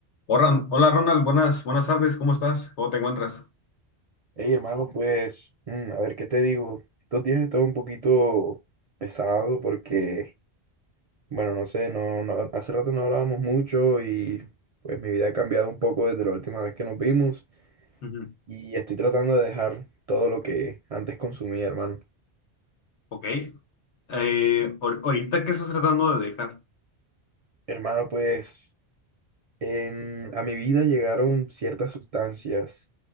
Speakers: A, on the left; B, on the right.
A: Hola, hola, Ronald, buenas, buenas tardes, ¿cómo estás? ¿Cómo te encuentras?
B: Hey, hermano, pues, mm, a ver qué te digo. Estos días he estado un poquito pesado porque, bueno, no sé, no, no- hace rato no hablábamos mucho y pues mi vida ha cambiado un poco desde la última vez que nos vimos
A: Ujú,
B: y estoy tratando de dejar todo lo que antes consumía, hermano.
A: Ok. Eh, ahor- ahorita, ¿qué estás tratando de dejar?
B: Hermano, pues, em, a mi vida llegaron ciertas sustancias